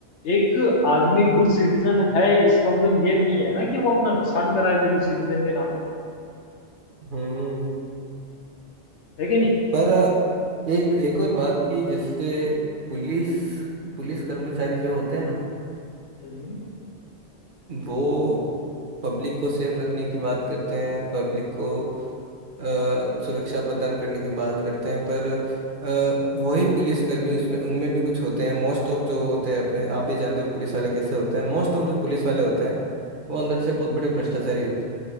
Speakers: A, on the left; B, on the right.
A: एक आदमी गुड सिटीजन है इसका मतलब ये नहीं है ना कि वो अपना नुकसान कराए दे गुड सिटीजन के नाम पे
B: हम्म
A: है कि नहीं
B: पर एक एक और बात की जैसे पुलिस पुलिस कर्मचारी जो होते हैं ना
A: हम्म
B: वो पब्लिक को सेफ रखने की बात करते हैं पब्लिक को अ, सुरक्षा प्रदान करने की बात करते हैं पर अ, वही पुलिसकर्मी उसमें उनमें भी कुछ होते हैं मोस्ट ऑफ जो होते हैं अपने आप भी जानते हो पुलिस वाले कैसे होते हैं मोस्ट ऑफ जो पुलिस वाले होते हैं वो अंदर से बहुत
A: हम्म
B: बड़े भ्रष्टाचारी होते हैं